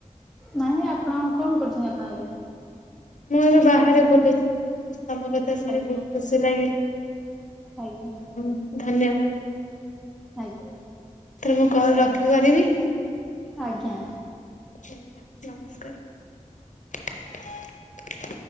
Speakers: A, in the centre; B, on the left.
A: ନାଇଁ ଆପଣ କଣ କରୁଛନ୍ତି ଆପଣ ଏବେ?
B: ମୁଁ ଏବେ ବାହାରେ ବୁଲଛି। ତମ କଥା ଶୁଣି
A: ଆଜ୍ଞା
B: ବହୁତ ଖୁସି ଲାଗିଲା,
A: ଆଜ୍ଞା
B: ଆଊ ଧନ୍ୟବାଦ।
A: ଆଜ୍ଞା,
B: ଏଥର ମୁଁ କଲ୍ ରଖିପାରିବି
A: ଆଜ୍ଞା।
B: ଆଜ୍ଞା ନମସ୍କାର।